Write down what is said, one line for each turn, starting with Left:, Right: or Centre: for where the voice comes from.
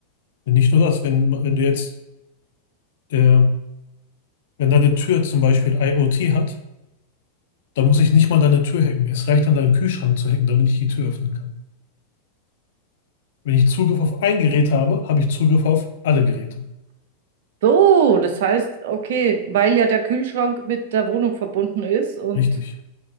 Left: Nicht nur das, wenn, wenn du jetzt, äh, wenn deine Tür zum Beispiel IoT hat, Da muss ich nicht mal deine Tür hacken. Es reicht dann, deinen Kühlschrank zu hacken, damit ich die Tür öffnen kann. Wenn ich Zugriff auf ein Gerät habe, habe ich Zugriff auf alle Geräte.
Right: So, das heißt, okay, weil ja der Kühlschrank mit der Wohnung verbunden ist und,
Left: Richtig.